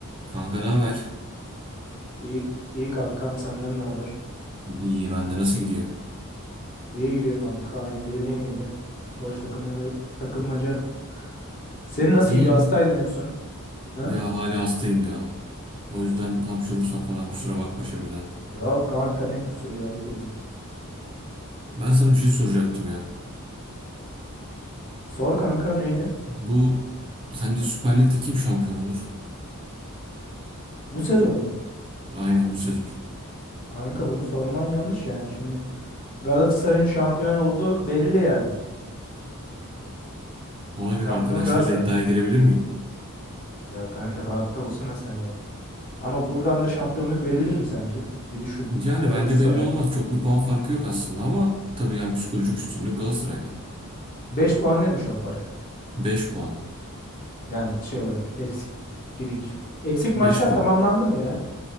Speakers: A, on the right; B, on the left.
A: Kanka ne haber?
B: İyi, iyi kankam senden ne haber?
A: İyi bende nasıl gidiyor?
B: İyi gidiyor kanka aynı bildiğin gibi. Boş takım, takılmaca. Senin nasıl
A: İyi.
B: gidiyor? Hastaydın en son. Ha?
A: Ya hala hastayım ya. O yüzden hapşurursam falan kusura bakma şimdiden.
B: Yok kanka ne kusuru ya ayıp ediyorum.
A: Ben sana bir şey soracaktım ya.
B: Sor kanka neydi?
A: Bu sence Süper Lig'de kim şampiyon olur?
B: Bu sezon mu?
A: Aynen bu sezon.
B: Kanka bunu sorman yanlış yani şimdi. Galatasaray'ın şampiyon olduğu belli yani.
A: Ona göre
B: Şampiyon
A: arkadaşlarla
B: Galatasaray.
A: iddiaya girebilir miyim?
B: Ya kanka rahatta olsana sen ya. Ama buradan da şampiyonluk verilir mi sence? Bir düşün.
A: Yani
B: Galatasaray.
A: bence belli olmaz. Çok bir puan farkı yok aslında ama tabii yani psikolojik üstünlük Galatasaray'da.
B: 5 puan değilmiş o fark.
A: 5 puan.
B: Yani şey olarak eksik gidik. Eksik
A: 5
B: maçlar
A: puan.
B: tamamlandı mı ya?